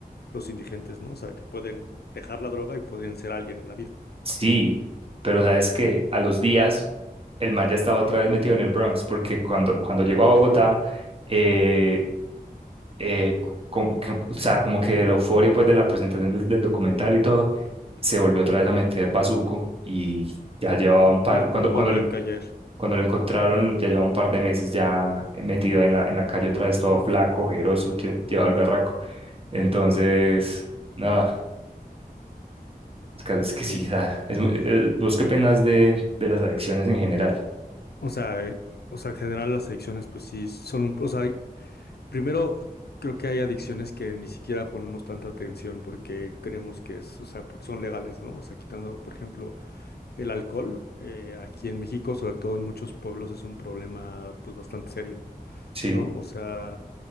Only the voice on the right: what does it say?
Sí, pero sabes que a los días el man ya estaba otra vez metido en el Bronx, porque cuando, cuando llegó
a Bogotá, eh, eh, como que- o sea, como que de la euforia pues de la presentación del, del documental y todo, se volvió otra vez a meter Bazuco y ya llevaba
un par,
cuando,
cuando, lo-
cuando lo encontraron ya llevaba un par de meses ya metido en la, en la calle otra vez todo flaco, ojeroso,
lle- llevaba el berraco. Entonces, nada, el caso es que
sí, da, es, muy- el- ¿vos qué penas de, de las adicciones en general?
Sí,